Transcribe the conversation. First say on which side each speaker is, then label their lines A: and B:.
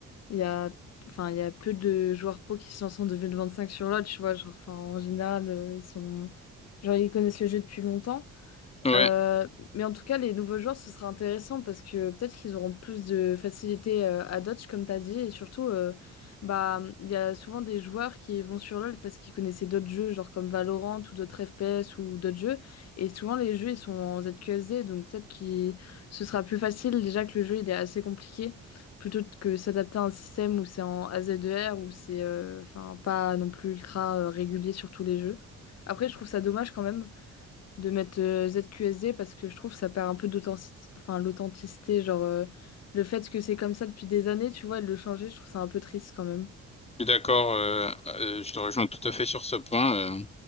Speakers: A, on the left; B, on the left.
A: il y a, enfin, il y a peu de joueurs pros qui se lancent en 2025 sur l'autre, tu vois. Genre, enfin, en général, euh, ils sont, genre, ils connaissent le jeu depuis longtemps.
B: Ouais.
A: Euh, mais en tout cas, les nouveaux joueurs, ce sera intéressant parce que peut-être qu'ils auront plus de facilité euh, à dodge, comme tu as dit. Et surtout, euh, bah, il y a souvent des joueurs qui vont sur LoL parce qu'ils connaissaient d'autres jeux, genre comme Valorant ou d'autres FPS ou d'autres jeux. Et souvent, les jeux, ils sont en ZQSD. Donc peut-être que ce sera plus facile, déjà que le jeu, il est assez compliqué, plutôt que s'adapter à un système où c'est en AZER, où c'est euh, enfin, pas non plus ultra euh, régulier sur tous les jeux. Après, je trouve ça dommage quand même de mettre euh, ZQSD parce que je trouve que ça perd un peu d'authenticité, enfin l'authenticité, genre euh, le fait que c'est comme ça depuis des années, tu vois, et de le changer, je trouve ça un peu triste quand même.
B: Je suis d'accord, euh, euh, je te rejoins tout à fait sur ce point. euh.